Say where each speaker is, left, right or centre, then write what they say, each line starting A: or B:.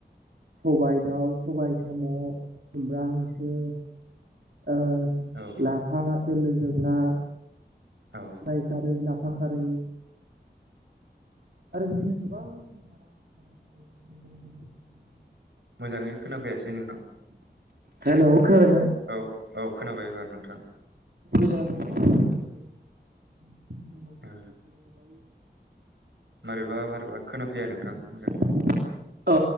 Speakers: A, on the right (about 65°); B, on the right (about 85°).
A: सबाय दाउ, सबाय साम', खुमब्रा हांसो, ओ
B: औ
A: लाफा दोलोजों ना,
B: औ
A: लाय खारै, लाफा खारै, आरो बिदिनो गोबां जोंहा माखासे मैगं थाइगंफोर दङ।
B: मोजाङै खोनाफैयासै नोंथां।
A: हेलौ खोनादोंना?
B: औ औ खोनाबाय एबार नोंथां।
A: बुजों <unintelligible> <inaudible>
B: ओ मारैबा मारैबा खोनाफैया
A: <inaudible>
B: नोंथां मोजाङै
A: अ